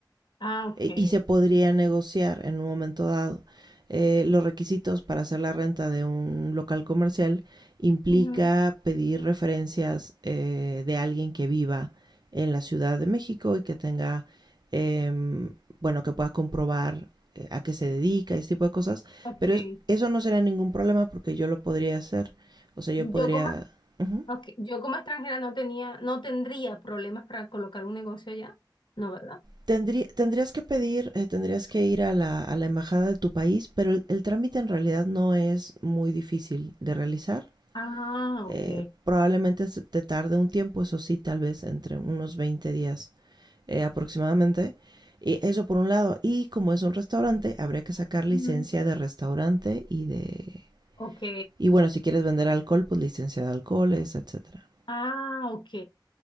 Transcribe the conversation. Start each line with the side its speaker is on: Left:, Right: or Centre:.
Left: Ah, ok.
Right: eh, y se podría negociar en un momento dado. Eh, los requisitos para hacer la renta de un local comercial implica
Left: Ujú,
Right: pedir referencias eh, de alguien que viva en la Ciudad de México y que tenga, eh, bueno, que pueda comprobar eh, a qué se dedica, ese tipo de cosas.
Left: Ok.
Right: Pero eso no será ningún problema porque yo lo podría hacer. O sea, yo
Left: Yo
Right: podría...
Left: como...
Right: Uh -huh.
Left: Ok, Yo como extranjera no tenía, no tendría problemas para colocar un negocio allá, ¿no, verdad?
Right: Tendrí, tendrías que pedir, eh, tendrías que ir a la, a la embajada de tu país, pero el, el trámite en realidad no es muy difícil de realizar.
Left: Ah,
Right: Eh,
Left: ok.
Right: probablemente te tarde un tiempo, eso sí, tal vez entre unos 20 días eh, aproximadamente. Y eso por un lado. Y como es un restaurante, habría que sacar licencia
Left: Mm,
Right: de restaurante y de...
Left: ok.
Right: Y bueno, si quieres vender alcohol, pues licencia de alcoholes, etcétera.
Left: Ah, ok.